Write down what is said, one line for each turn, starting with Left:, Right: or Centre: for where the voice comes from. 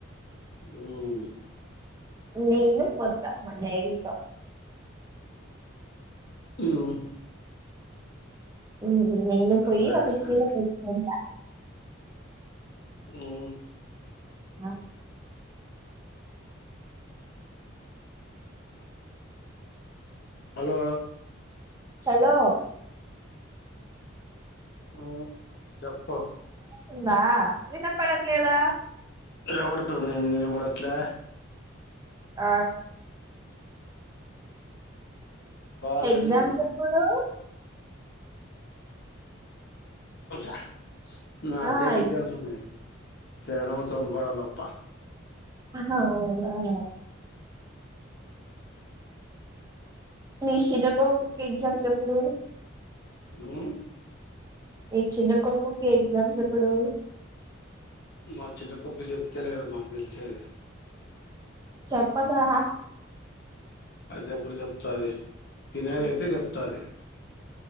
Left: ఉం
Right: నీను పొత్త మ డేడితో
Left: ఉం
Right: ఉం నేను పోయి
Left: సరే
Right: ఒక
Left: సరే
Right: చీర తెచ్చ్కుంట
Left: ఉం
Right: ఆ
Left: హలో
Right: హలో
Left: ఆ చెప్పు
Right: ఉందా వినప్పడట్లేదా
Left: వినపడ్తుంది ఎందుకు వినపడట్లే
Right: ఆ
Left: కాల్
Right: ఎగ్జామ్స్
Left: ఇన్
Right: ఎప్పుడు
Left: <inaudible> నాకేం
Right: ఆ! ఎగ్
Left: ఎగ్జామ్స్ ఉన్నాయి తినడం తొంగొడంతప్పా.
Right: అహ ఓ... నీ చిన్నప్ క్కోక్క్ కి ఎగ్ఙమ్స్ ఎప్పుడు
Left: హ్మ్
Right: ఈ చిన్న కోక్కుకి ఎగ్జామ్స్ ఎప్పుడు
Left: మా చిన్న కొక్కు చెప్తేనే కదా మాకు తెలిసేది.
Right: చెప్పదా
Left: అది ఎప్పుడు చెప్తది తినేదైతే చెప్తాది.